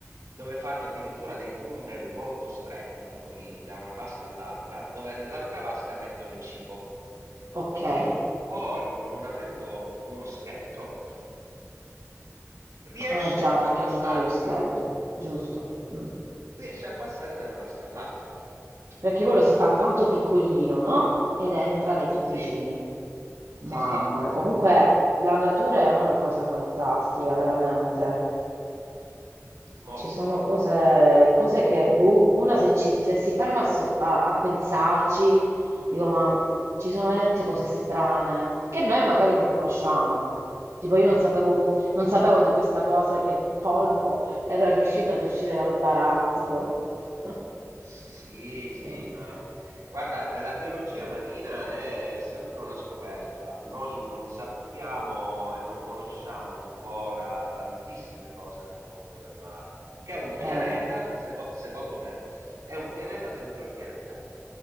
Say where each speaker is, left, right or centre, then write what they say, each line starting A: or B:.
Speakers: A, on the right; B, on the right.
A: dove fanno addirittura dei tunnel molto stretti, piccolini, da una vasca all'altra, dove nell'altra vasca mettono il cibo.
B: Okay.
A: Il polipo, non avendo uno scheletro, riesce
B: Ah già,
A: a
B: perché
A: passare,
B: non ha lo scheletro, giusto. Mh.
A: riesce a passare da una vasca all'altra.
B: Perché quello si fa tanto piccolino, no, ed entra nei tubicini.
A: Sì,
B: Mamma
A: sì, sì,
B: mia, comunque la natura è una cosa fantastica, veramente.
A: molto.
B: Ci sono cose, cose che, boh, una se, ci- se si ferma a, soff- a- a pensarci, dico, ma ci sono veramente cose strane che noi magari non conosciamo. Tipo, io non sapevo,
A: Sì.
B: non sapevo di questa cosa che il polpo era riuscito ad uscire dal barattolo. <laughs>
A: Sì, sì,
B: No.
A: ma guarda, eh, la biologia marina è sempre una scoperta. Noi non sappiamo e non conosciamo ancora tantissime cose del mondo del mare, che è un pianeta,
B: Eh.
A: seco- secondo me, è un pianeta dentro il pianeta.